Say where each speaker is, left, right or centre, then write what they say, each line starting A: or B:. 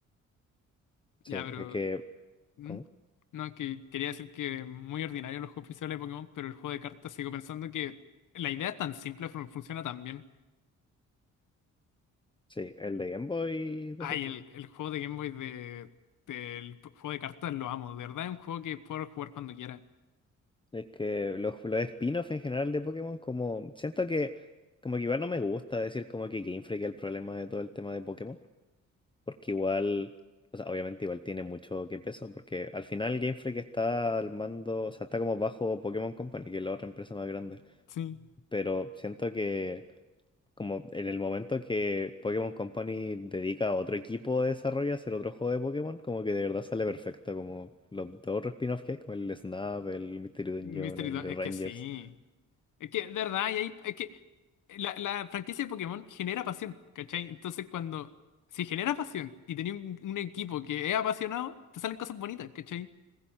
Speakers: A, on the left; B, on the left.
A: Sí,
B: Ya, pero...
A: es que,
B: ¿Mm?
A: ¿cómo?
B: No, es que quería decir que muy ordinario los juegos principales de Pokémon, pero el juego de cartas sigo pensando que la idea es tan simple, fun- funciona tan bien.
A: Sí, el de Game Boy, decís
B: Ay,
A: tú.
B: el, el juego de Game Boy de, del p- juego de cartas lo amo, de verdad es un juego que puedo jugar cuando quiera.
A: Es que los, los spin-offs en general de Pokémon, como siento que como que igual no me gusta decir como que Game Freak es el problema de todo el tema de Pokémon. porque igual, o sea, obviamente igual tiene mucho que peso, porque al final Game Freak está al mando, o sea, está como bajo Pokémon Company, que es la otra empresa más grande,
B: Sí.
A: pero siento que como en el momento que Pokémon Company dedica a otro equipo de desarrollo a hacer otro juego de Pokémon, como que de verdad sale perfecto, como los dos otros spin-offs que hay, como el Snap, el Mystery
B: Mystery
A: Dungeon, el
B: Dun- es
A: Rangers.
B: que sí. Es que, de verdad, y ahí, es que eh, la, la franquicia de Pokémon genera pasión, ¿cachai? Entonces, cuando si genera pasión y tenía un, un equipo que es apasionado, te salen cosas bonitas, ¿cachai?